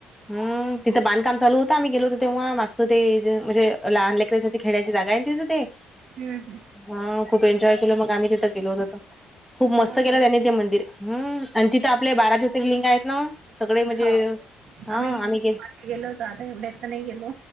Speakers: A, in the centre; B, on the right.
A: हम्म, तिथं बांधकाम चालू होतं. आम्ही गेलोतो तेव्हा मागच ते म्हणजे लहान लेकराची खेळायची जागाय न तिथं ते.
B: हम्म -हम्म
A: हा, खूप एन्जॉय केलं मग आम्ही तिथं गेल होतो ते खूप मस्त
B: हम्म
A: केलं त्यांनी
B: हो
A: ते मंदिर. हम्, आणि तिथं आपले बारा ज्योतिर्लिंग आहेत. न सगळे म्हणजे
B: हो
A: हा
B: गेलो
A: आम्ही गेल
B: मागे गेलो होतो आता एवढ्यात तर नाही गेलो.